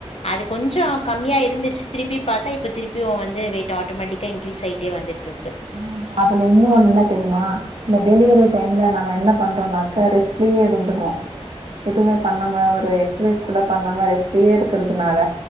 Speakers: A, on the left (about 70°); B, on the right (about 60°).
A: அது கொஞ்சோ கம்மியா இருந்துச் திருப்பி பாத்தா இப்ப திருப்பியு வந்து வெயிட் ஆட்டோமேட்டிக்கா இன்க்ரீஸ் ஆயிட்டே வந்துட்ருக்கு
B: ஆ அதுல இன்னு ஒண்ணு என்னா தெரியுமா இந்த டெலிவரி டைம்ல நம்ம என்ன பண்றோனாக்க ரெஸ்ட்லயே இருந்துர்ரோ எதுமே பண்ணாம ஒரு எக்சசைஸ் கூட பண்ணாம ரெஸ்ட்லயே இருக்கிறதுனால